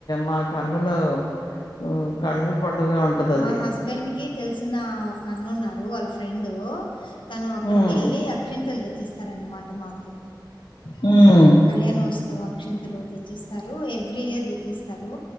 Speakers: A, on the left; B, on the left.
A: మా కన్నులో హ్మ్. కన్నుల పండుగ ఉంటదది.
B: మా హస్బెండ్కి తెల్సిన ఒక అన్నున్నారు వాళ్ళ ఫ్రెండు తను అక్కడికేళ్ళి
A: హ్మ్.
B: అక్షింతులు తెచ్చిస్తారన్నమాట మాకు
A: హ్మ్.
B: కళ్యాణోత్సవక్షింతలు తెచ్చిస్తారు ఎవ్రీయర్ తెచ్చిస్తారు